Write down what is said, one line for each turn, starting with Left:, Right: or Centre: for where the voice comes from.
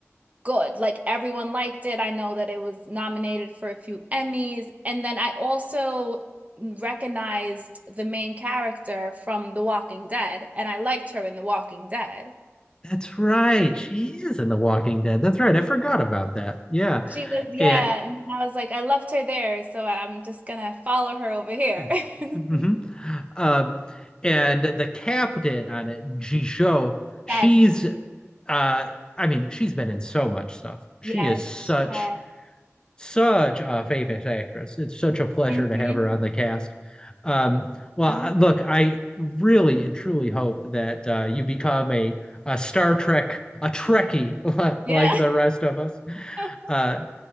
Right: good. Like everyone liked it. I know that it was nominated for a few Emmys. And then I also recognized the main character from The Walking Dead, and I liked her in The Walking Dead.
Left: That's right. She is in The Walking Dead. That's right. I forgot about that. Yeah.
Right: She was, yeah.
Left: And
Right: And I was like, I loved her there, so I'm just gonna follow her over here.
Left: <laughs>
Right: <laughs>
Left: Mhm. um and the captain on it, Jisho, she's
Right: Yes.
Left: uh I mean, she's been in so much stuff. She
Right: Yes.
Left: is such
Right: Yeah.
Left: such a famous actress. It's such a pleasure
Right: Mm-hmm.
Left: to have her on the cast. Um, well,
Right: hmm
Left: I- look, I really and truly hope that uh, you become a, a Star Trek, a Trekkie <laughs>
Right: Yeah.
Left: like the rest of us.
Right: <laughs>
Left: Uh,